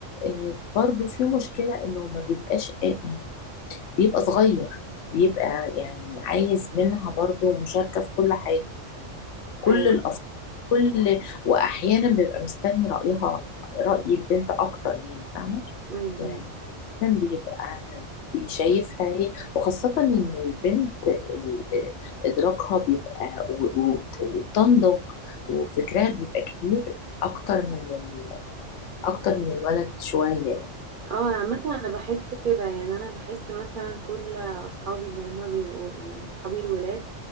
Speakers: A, on the left; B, on the right.
A: آه، برضو في مشكلة انه ما بيبقاش آه، يعني بيبقى صغير بيبقى يعني عايز منها برضو مشاركة في كل حاجة كل
B: ايوه
A: الأف كل واحيانا بيبقى مستني رأيها رأي البنت اكتر يعني فاهمة
B: امم
A: يعني. دايماً بيبقى بيشايفها هي وخاصة إن البنت ال- إدراكها بيبقى و- و- وبتنضج وفكرها بيبقى كبير أكتر من ال... أكتر من الولد شوية يعني
B: اه عامة انا بحس كده يعني انا بحس مثلا كل اصحابي اللي هما بيبقوا يعني اصحابي الولاد